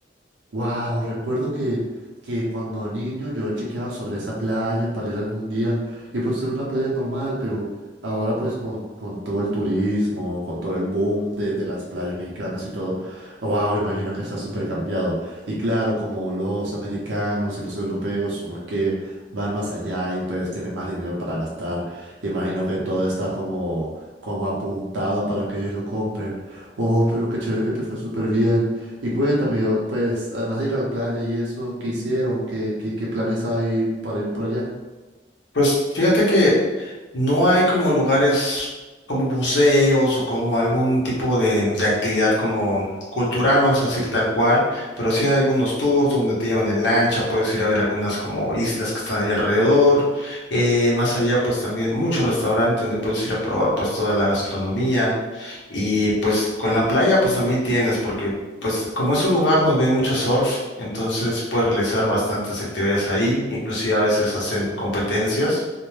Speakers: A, on the right (about 85°); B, on the left (about 70°).
A: Wow, recuerdo que, que cuando niño yo chequeaba sobre esa playa para ir algún día y pues era una playa normal, pero ahora pues con, con todo el turismo, con todo el boom de, de las playas mexicanas y todo, wow, imagino que está súper cambiado. Y claro, como los americanos y los europeos son los que van más allá y pues tienen más dinero para gastar, imagino que todo está como, como apuntado para que ellos lo compren. Oh, pero qué chévere que te fue súper bien. Y cuéntame, o- pues además de ir a la playa y eso, ¿qué hicieron? ¿Qué, qué, qué planes hay para ir para allá?
B: Pues fíjate que no hay como lugares como museos o como algún tipo de, de actividad como cultural, vamos a decir tal cual, pero sí hay algunos tours donde te llevan en lancha, puedes ir a ver algunas como islas que están ahí alrededor. Eh, más allá, pues también muchos restaurantes donde puedes ir a probar pues toda la gastronomía. Y pues con la playa, pues también tienes, porque Pues como es un lugar donde hay mucho surf, entonces puedes realizar bastantes actividades ahí, inclusive a veces hacen competencias.